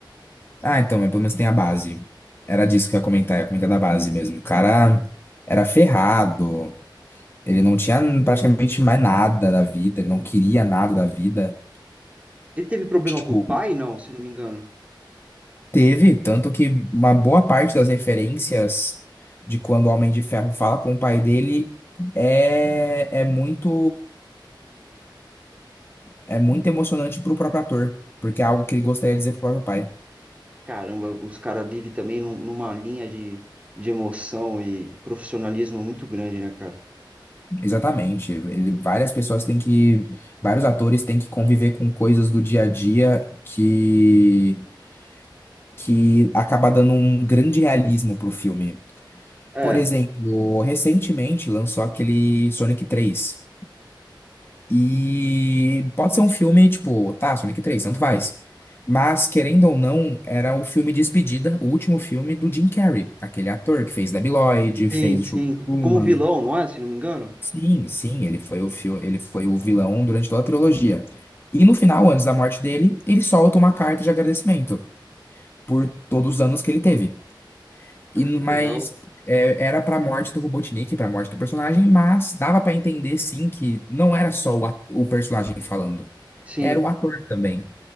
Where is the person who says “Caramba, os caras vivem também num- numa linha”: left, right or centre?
Right